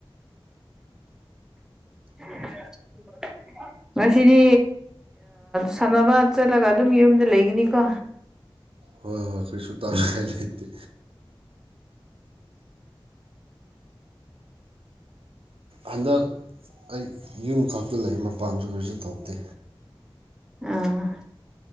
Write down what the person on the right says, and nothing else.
ꯍꯣꯏ ꯍꯣꯏ ꯀꯔꯤꯁꯨ ꯇꯧꯉꯥꯏ ꯂꯩꯇꯦ ꯍꯟꯗꯛ ꯑꯩ ꯌꯨꯝ ꯈꯛꯇ ꯂꯩ ꯃꯄꯥꯟꯁꯨ ꯀꯔꯤꯁꯨ ꯊꯣꯛꯇꯦ